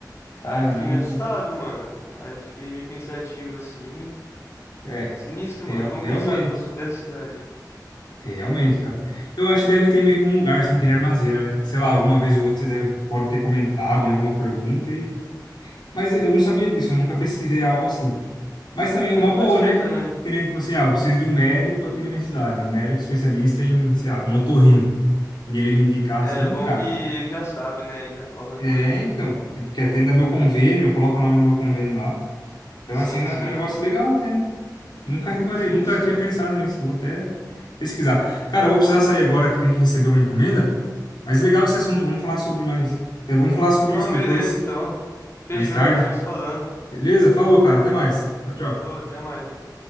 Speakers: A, on the left (about 85°); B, on the left (about 40°).
A: caramba.
B: Aí fiquei meio assustado, mano. Aí fiquei meio pensativo assim.
A: É,
B: Sinistro,
A: real-
B: mano. Como
A: realmente,
B: que ele sabe que eu sou dessa cidade?
A: realmente, cara. Eu acho que deve ter meio que um lugar assim que ele armazena, né? Sei lá, alguma vez ou outra você deve, pode ter comentado em alguma pergunta e. Mas eu não sabia disso, eu nunca pesquisei algo assim. Mas também é
B: É,
A: uma
B: pode
A: boa,
B: ser
A: né?
B: também.
A: Que nem tipo assim, ah, eu preciso de um médico aqui na minha cidade, um médico especialista em, sei lá, um otorrino. E ele me indicar
B: É
A: assim,
B: bom
A: cara.
B: que ele já sabe, né? Já qualquer
A: É,
B: coisa.
A: então, tipo, que atenda meu convênio, eu coloco o nome do meu convênio lá. Então,
B: Sim,
A: assim, é
B: sim.
A: é um negócio legal até, né? Nunca reparei,
B: Sim,
A: nunca
B: sim.
A: tinha pensado nisso. Vou até pesquisar. Cara, eu vou precisar sair agora que eu tenho que receber uma encomenda. Mas legal esse assunto, vamos falar sobre mais. é, vamos falar sobre
B: Não,
A: isso depois,
B: beleza, então. Fechou,
A: mais tarde.
B: a gente vai se falando.
A: Beleza? Falou, cara, até mais. Tchau, tchau.
B: Falou, até mais, mano.